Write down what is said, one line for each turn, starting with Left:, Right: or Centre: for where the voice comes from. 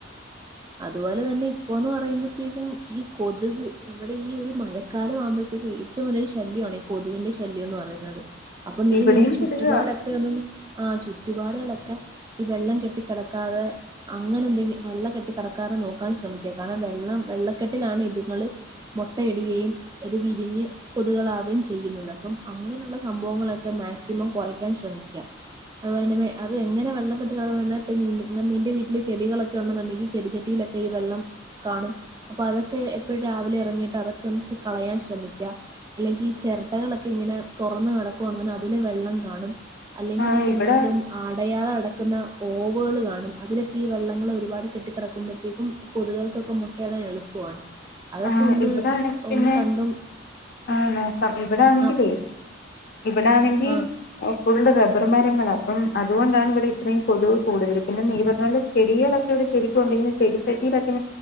Right: അതുപോലെ തന്നെ ഇപ്പൊന്ന് പറയുമ്പോഴത്തേക്കും ഈ കൊതുക് ഇവിടെ ഈ ഒരു മഴ ക്കാലമാവുമ്പഴത്തേക്ക് ഏറ്റവും വലിയൊരു ശല്യമാണ് ഈ കൊതുകിന്റെ ശല്യം എന്ന് പറയുന്നത് അപ്പൊ നീ
Left: ഇവിടെയും
Right: നിന്റെ ചുറ്റുപാടൊക്കെ
Left: കൊതുകാ
Right: ഒക്കെ ഒന്ന് ആ ചുറ്റുപാടുകളൊ ക്കെ ഈ വെള്ളം കെട്ടിക്കിടക്കാതെ അങ്ങനെന്തെങ്കി വെള്ള കെട്ടി കിടക്കാറ് നോക്കാൻ ശ്രമിക്ക കാരണം വെള്ളം വെള്ളക്കെട്ടിലാണ് ഇതുങ്ങള് മൊട്ടയിടുകയും അത് വിരിഞ്ഞ് കൊതുകളാവുകയും ചെയ്യുന്നത് അപ്പം അങ്ങനെയുള്ള സംഭവങ്ങളൊക്കെ മാക്സിമം കുറക്കാൻ ശ്രമിക്ക <unintelligible> അത് എങ്ങനെ വെള്ളം കെട്ടി കിടക്കണം പ നി നിൻ്റെ വീ ട്ടിൽ ചെടികളൊക്കെണ്ടുന്നുണ്ടെങ്ങി ചെടിച്ചെട്ടിയിലൊക്കെ ഈ വെള്ളം കാണും അപ്പൊ അതൊക്കെ എപ്പോഴും രാവിലെ ഇറങ്ങിയിട്ട് അതൊക്കെ നമുക്ക് കളയാൻ ശ്ര ശമിക്ക അല്ലെങ്കിൽ ഈ ചിരട്ടകളൊക്കെ ഇങ്ങനെ തുറന്ന് കിടക്കുകവാണ അതില് വെള്ളം കാണും അല്ലെങ്കിൽ
Left: ആ
Right: ഈ
Left: ഇവിടെ
Right: എന്തെങ്കിലും ആടയാതെ ക്കുന്ന ഓവുകൾ കാണും അതിലൊക്കെ ഈ വെള്ളങ്ങൾ ഒരുപാട് കെട്ടിക്കിടക്ക ക്കുമ്പോഴത്തേക്കും ഈ കൊതുകൾക്കൊക്കെ മുട്ടയിടാൻ എളുപ്പമാണ്. അതൊക്കെ
Left: ആഹ്
Right: ഒന്ന്
Left: ഇവിടെ ആണെങ്കിൽ
Right: ഒന്ന്
Left: പിന്നെ
Right: കണ്ടും
Left: ആഹ് നോക്കാം ഇവിടെ ആണെങ്കിൽ.
Right: ആ
Left: ഇവിടെ ആണെങ്കിൽ
Right: ആ
Left: കൂടുതൽ റ ർ മരങ്ങള അപ്പം അതുകൊണ്ടാണ് ഇവിടെ ഇത്രയും കൊതുവ് കൂടുതൽ പിന്നെ നീ പറഞ്ഞ ചെടികളൊക്കെ ഇവിടെ ശരിക്കും ചെടിച്ചെട്ടയിലൊക്കെെ